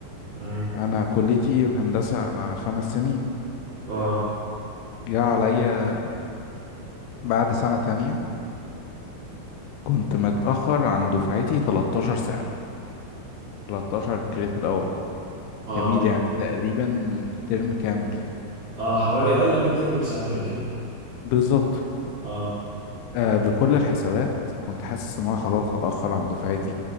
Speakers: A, on the right; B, on the left.
A: امم
B: انا كليتي هندسة انا خمس سنين
A: اه
B: جه عليا بعد سنة تانية كنت متأخر عن دفعتي 13 ساعة 13 كريدت اور
A: اه
B: جميل يعني تقريبا ترم كامل
A: اه حوالي اقل من تم بساعتين كده
B: بالظبط
A: اه
B: آه بكل الحسابات كنت حاسس ان انا خلاص اتأخر عن دفعتي